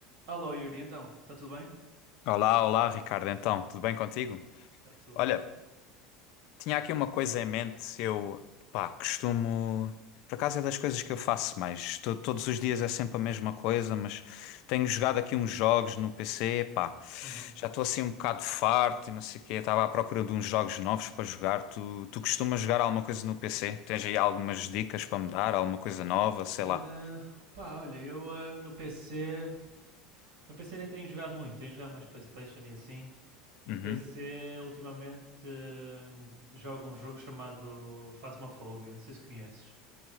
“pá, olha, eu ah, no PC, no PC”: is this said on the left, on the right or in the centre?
Right